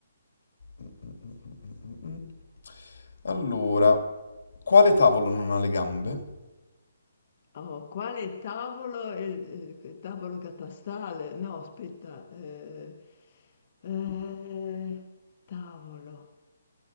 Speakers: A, on the left; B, on the left.
A: Mm, mm, mm, mm, mm. Allora, quale tavolo non ha le gambe?
B: Oh, quale tavolo? è Il, eh, tavolo catastale? No, aspetta. eh, eh, tavolo.